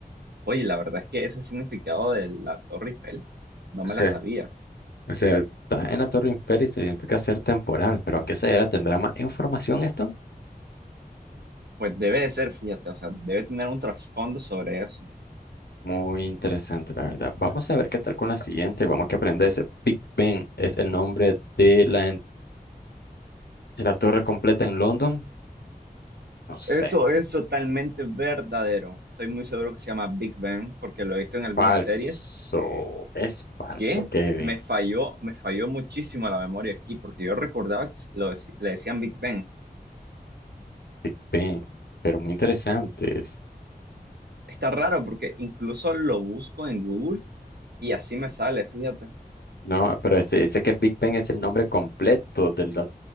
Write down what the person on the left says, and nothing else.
O
sea,
o sea, está en la Torre Eiffel y significa ser temporal. Pero ¿a qué se era? ¿Tendrá más información esto?
Muy interesante, la verdad. Vamos a ver qué tal con la siguiente. Vamos que aprender ese. Big Ben es el nombre de la, en- de la torre completa en London. No
sé.
Falso.
Es falso,
Kevin.
Big Ben. Pero muy interesante.
No, pero este, dice que Big Ben es el nombre completo de la,